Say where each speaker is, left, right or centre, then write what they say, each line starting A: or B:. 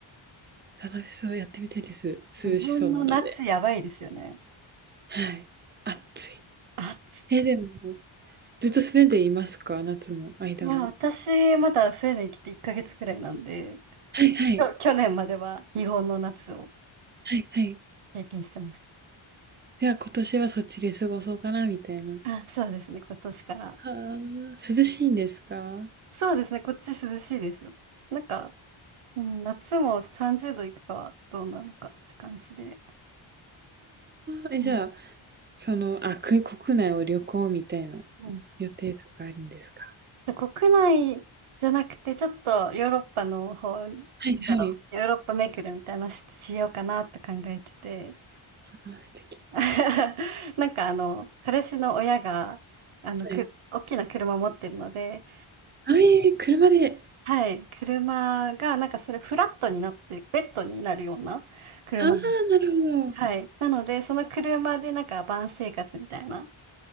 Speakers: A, on the right; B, on the right.
A: 楽しそう、やってみたいです。
B: い。
A: 涼しそうなので。
B: 日本の夏やばいですよね。
A: はい。暑い。
B: 暑
A: え、でも、ずっとスウェーデンいますか？夏も、間も。
B: い。いや、私、まだスウェーデン来て1ヶ月くらいなんで、
A: はいはい。
B: 去去年までは日本の夏を
A: はいはい。
B: 経験してまし
A: いや、今年はそっちで過ごそうかな、みたいな。
B: た。あ、そうですね、今年から。
A: あー涼しいんですかあ
B: そうですね、こっち涼しいですよ。なんか、うん、夏も30度いくかはどうなのかって感じで。
A: あ、え、
B: うん。
A: じゃあ、その、あ、く国内を旅行みたいな
B: うん。
A: 予定とかあるんですか
B: で国内じゃなくて、ちょっとヨーロッパの方、なんだろう、
A: はいはい。
B: ヨーロッパ巡るみたいなし、しようかなって考えてて。
A: あー、素敵。
B: <laughs> なんかあの、彼氏の親が、あの、
A: はい。
B: く、大きな車持ってるので、
A: あ、えー車で。
B: はい。車が、なんかそれフラットになって、ベッドになるような車なの。
A: ああ、なるほど。
B: はい。なので、その車でなんかバン生活みたいな、